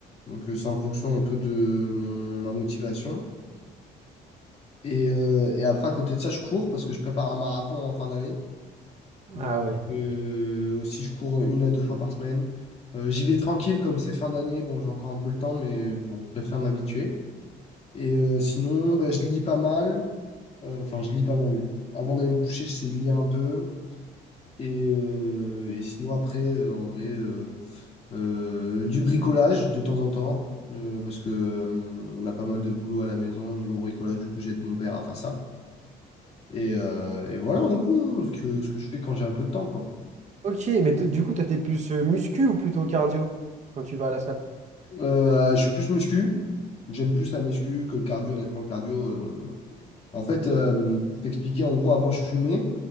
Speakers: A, on the left; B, on the right.
A: Donc, euh, c'est en fonction un peu de mon, ma motivation. Et, euh, et après, à côté de ça, je cours parce que je prépare un marathon en fin d'année. Donc,
B: Ah ouais.
A: euh, aussi, je cours une à deux fois par semaine. Euh, j'y vais tranquille, comme c'est fin d'année. Bon, j'ai encore un peu le temps, mais bon, je préfère m'habituer. Et euh, sinon, bah, je lis pas mal. Euh, Enfin, je lis pas mal. Avant d'aller me coucher, j'essaie de lire un peu. Et, euh, et sinon, après, euh, en vrai, euh, euh, du bricolage de temps en temps. euh, parce que, euh, on a pas mal de boulot à la maison au niveau bricolage. Du coup, j'aide mon père à faire ça. Et, euh, et voilà, en gros, ce que, ce que je fais quand j'ai un peu de temps, quoi.
B: Ok, mais t- du coup, toi, t'es plus euh, muscu ou plutôt cardio quand tu vas à la salle?
A: Euh, je suis plus muscu. J'aime plus la muscu que le cardio. Honnêtement, le cardio, euh, bon. En fait, euh, pour t'expliquer, en gros, avant, je fumais.